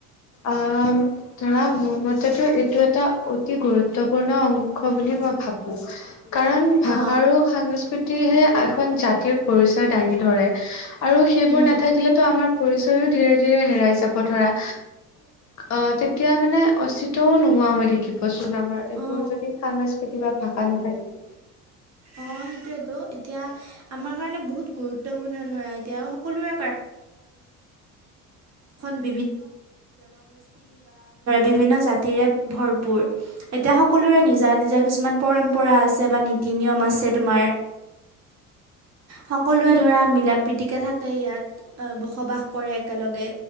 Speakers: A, on the left (about 40°); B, on the right (about 35°).
A: অঁ, ধৰা মোৰ মতেটো এইটো এটা অতি গুৰুত্বপূৰ্ণ অংশ বুলি মই ভাৱো। কাৰণ
B: অ
A: ভাষা আৰু সাংস্কৃতিয়েহে এখন জাতিৰ পৰিচয় দাঙি ধৰে। আৰু সেইবোৰ
B: উম
A: নাথাকিলেতো আমাৰ পৰিচয়ও ধীৰে ধীৰে হেৰাই যাব ধৰা অ তেতিয়া মানে অচিতও নোহোৱা হৈ থাকিব আমাৰ এইবোৰ
B: অ
A: যদি সংস্কৃতি বা ভাষা নাথাকে।
B: অ সেইটোয়েতো এতিয়া আমাৰ কাৰণে বহুত গুৰুত্বপূৰ্ণ ধৰা এতিয়া সকলোৰে এ বিভিন্ন জাতিৰে ভৰপূৰ এতিয়া সকলোৰে নিজা নিজা কিছুমান পৰম্পৰা আছে বা ন নিয়ম আছে তোমাৰ সকলোৰে
A: উম উম
B: ধৰা মিলা প্ৰীতিকে থাকা ইয়াত বসবাস কৰে একেলগে